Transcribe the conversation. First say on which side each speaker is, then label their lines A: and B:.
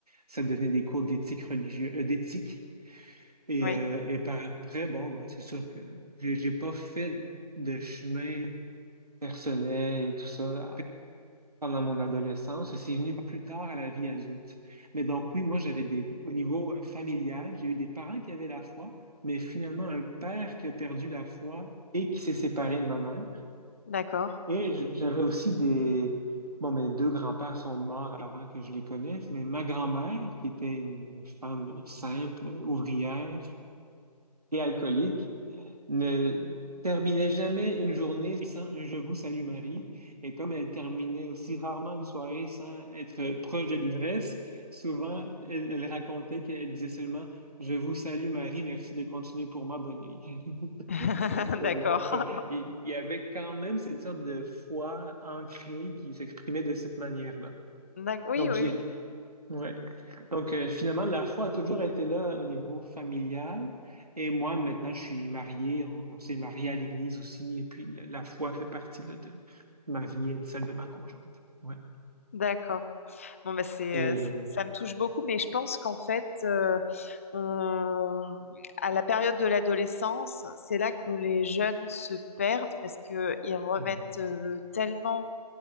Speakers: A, on the right; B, on the left.
A: ça devenait des cours d'éthique religieuse, euh, d'éthique. Et,
B: Oui.
A: euh, et par après, bon, ben, c'est sûr que j'ai j'ai pas fait de chemin personnel et tout ça pendant mon adolescence et c'est venu plus tard à la vie adulte. Mais donc oui, moi j'avais des au niveau euh, familial, j'ai eu des parents qui avaient la foi, mais finalement un père qui a perdu la foi et qui s'est séparé de ma mère.
B: D'accord.
A: Et j- j'avais aussi des bon, mes deux grands-pères sont morts avant que je les connaisse, mais ma grand-mère qui était une femme simple, ouvrière et alcoolique ne terminait jamais une journée sans un Je vous salue Marie. Et comme elle terminait aussi rarement une soirée sans être proche de l'ivresse, souvent elle, elle racontait qu'elle disait seulement Je vous salue Marie, merci de continuer pour moi, bonne nuit. <laughs>
B: <laughs>
A: Euh,
B: D'accord.
A: Donc, euh, il il y avait quand même cette sorte de foi ancrée qui s'exprimait de cette manière-là.
B: D'ac- Oui,
A: Donc,
B: oui,
A: j'ai-
B: oui.
A: Ouais. Donc, euh, finalement, la foi a toujours été là au niveau familial. Et moi, maintenant, je suis marié. On, on s'est marié à l'église aussi. Et puis, le- la foi fait partie là, de ma vie et de celle de ma conjointe. Ouais.
B: D'accord. Bon, bah, c'est,
A: Et.
B: euh, c- ça me touche beaucoup, mais je pense qu'en fait, euh, on- à la période de l'adolescence, c'est là que les jeunes se perdent parce qu'ils remettent
A: mm,
B: euh, tellement